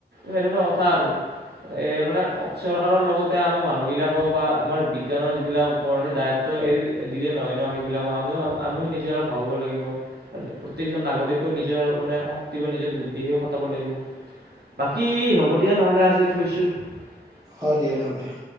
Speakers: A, on the right; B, on the right.
A: সেনেকুৱা কথা আৰু। মানে চৰকাৰৰ লগতে আমি মানুহবিলাকো বা আমাৰ বিজ্ঞানৰ যিবিলাক ওপৰত সেই দায়িত্ব এৰি দিলে নহয় ন সেইবিলাকো আমিও আমিও নিজে অলপ ভাবিব লাগিব প্ৰতেকজন নাগৰিকো নিজৰ মানে নীতি নিজৰ বুদ্ধিেও কটাব লাগিব বাকী হ'ব দিয়া নহলে আজি থৈছো <inaudible>
B: অ দিয়া হব দিয়া